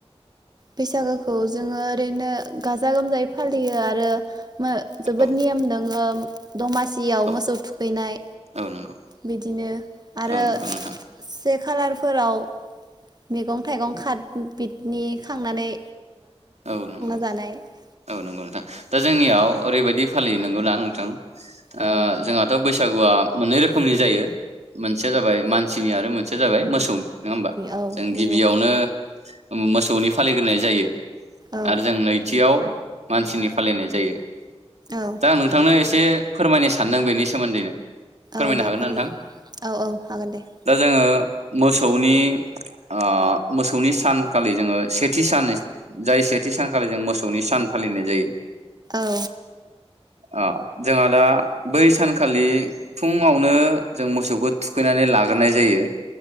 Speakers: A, on the right; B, on the right.
A: बैसागोखौ जोङो ओरैनो गाजा गोमजायै फालियो आरो जोबोद
B: औ
A: नियम दोङो <unintelligible> दमासियाव
B: औ
A: मोसौ थुखैनाय
B: औ नंगौ
A: बिदिनो आरो
B: औ नंगौ नोंथां
A: से कालार फोराव मैगं-थाइगं खार बिनि खांनानै।
B: औ नंगौ
A: जानाय दा
B: औ नंगौ नोंथां। दा जोंनियाव ओरैबायदि फालियो नंगौना न थां। ओ
A: नोंथां औ
B: जोंहाथ' बैसागुआ मोननै रोखोमनि जायो मोनसेया जाबाय मानसिनि आरो मोनसेया जाबाय मोसौनि नङा होमबा
A: आरो
B: जों गिबियावनो
A: मोनसे मोसौनि औ नंगौ
B: मोसौनि फालिग्रोनाय जायो।
A: औ
B: आरो जों नैथियाव मानसिनि फालिनाय जायो।
A: औ
B: दा नोंथांनो एसे एसे फोरमायनो सानदों बेनि सोमोन्दैनो। फोरमायनो
A: औ
B: हागोन
A: दे
B: ना
A: फोरमाय
B: नोंथां
A: औ औ हागोन दे
B: दा जोङो मोसौनि ओ मोसौनि सानखालि जोङो सेथि सान जाय सेथि सानखालि जों मोसौनि सान फालिनाय जायो।
A: औ
B: अ जोंहा दा बै सानखालि फुङावनो जों मोसौखौ थुखैनानै लाग्रोनाय जायो।